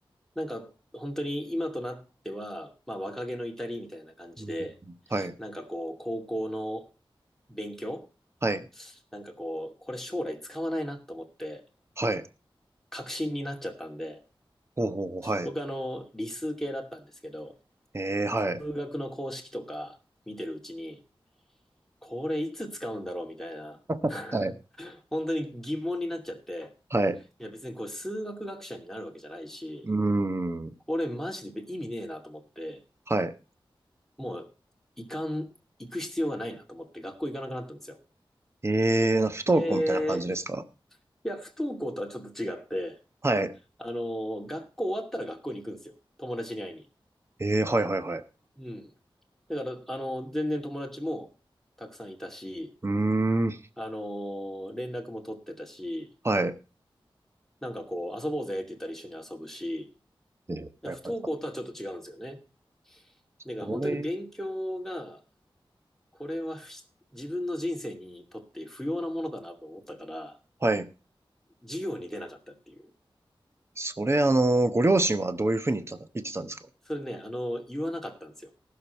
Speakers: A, in the centre; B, on the right.
A: なんか本当に今となっては、まあ若気の至りみたいな感じで、
B: うんうんうんはい。
A: なんかこう、高校の勉強、
B: はい。
A: なんかこう、これ将来使わないなと思って、
B: はい。
A: 確信になっちゃったんで、
B: ほうほうほう。はい。
A: 僕あの、理数系だったんですけど、
B: ええはい。
A: 数学の公式とか見てるうちに、これいつ使うんだろうみたいな、<laughs>
B: はい。
A: 本当に疑問になっちゃって、
B: はい。
A: いや別にこれ数学学者になるわけじゃないし、
B: うーん。
A: これマジで意味ねえなと思って、
B: はい。
A: もう、いかん、行く必要がないなと思って学校行かなくなったんですよ。
B: ええ不登校みたいな感じですか
A: で、いや、不登校とはちょっと違って、
B: はい。
A: あの、学校終わったら学校に行くんですよ。友達に会いに。
B: ええはいはいはい。
A: うん。だから、あの、全然友達もたくさんいたし、
B: うーん。
A: あのー連絡も取ってたし、
B: はい。
A: なんかこう、遊ぼうぜって言ったら一緒に遊ぶし、
B: ええはいはいはい。
A: だから不登校とはちょっと違うんですよね。だから本当に勉強が、
B: これ、
A: これはひ自分の人生にとって不要なものだなと思ったから、
B: はい。
A: 授業に出なかったっていう。
B: それ、あの、ご両親はどういうふうに言った言ってたんですか
A: それね、あの、言わなかったんですよ。